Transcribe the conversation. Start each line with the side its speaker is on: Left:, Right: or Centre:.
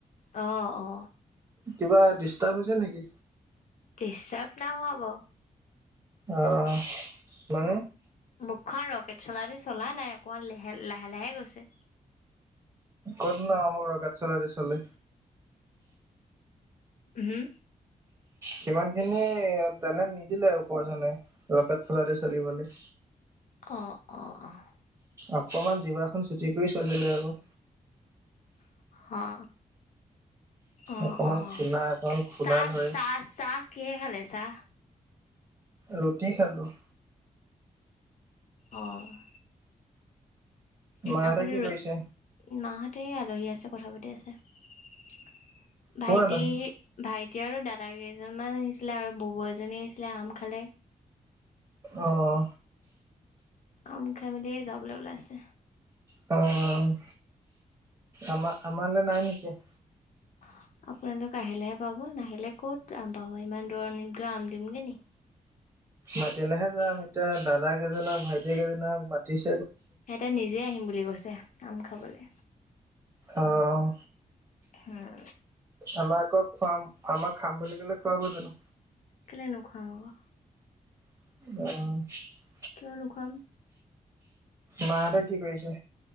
Left: অ অ
Right: কিবা, ডিষ্টাৰ্ব হৈছে নেকি?
Left: ডিষ্ট্ৰাব নাই হোৱা বাৰু।
Right: অ' মানে।
Left: মুখখন ৰকেট চলা দি চলা নাই অকমান লে লাহে লাহে গৈছে।
Right: ক'তনো আমাৰ ৰকেট চলা দি চলে।
Left: হম।
Right: সিমান খিনি তেনে নিদিলে ওপৰজনে ৰকেট চলা দি চলিবলৈ।
Left: অ' অ' অ'।
Right: অকমান জিবাখন চুটি কৰি থয়দিলে আকৌ।
Left: হা। অ'
Right: অকমান
Left: অ'
Right: খুনা অকমান খুনা
Left: চাহ,
Right: ধৰে
Left: চাহ, চাহ কিহে খালে চাহ?
Right: ৰুটি খালো।
Left: অ'।
Right: মাহঁতে
Left: আপোনি,
Right: কি
Left: ৰ
Right: কৰিছে?
Left: মাহঁতে বহি আছে কথা পাতি আছে। ভাইটি, ভাইটি,
Right: ক'ৰ আলহী?
Left: এতিয়া আৰু দাদা কেইজনমান আহিছিলে। আৰু বৌ ব এজনী আহিছিলে আম খালে।
Right: অহ।
Left: আম খাই মেলি যাবলৈ ওলাইছে।
Right: অ'। আমাৰ আমালৈ নাই নেকি?
Left: <unintelligible> আপোনালোক আহিলেহে পাব, নাহিলে ক'ত আম পাব, ইমান দূৰণিত গৈ আম দিমগে নিকি।
Right: মাতিলেহে যাম, এতিয়া দাদা কেইজনক ভাইটি কেইজনাক মাতিছ।
Left: সিহঁতে নিজে আহিম বুলি কৈছে আম খাবলৈ।
Right: অহ'
Left: হম।
Right: আমাক আকৌ খুৱাম আমাক খাম বুলি ক'লে খোৱাব জানো।
Left: কেলে নোখোৱাম আক
Right: অ'
Left: কিয় নোখোৱাম।
Right: মা হঁতে কি কৰিছে?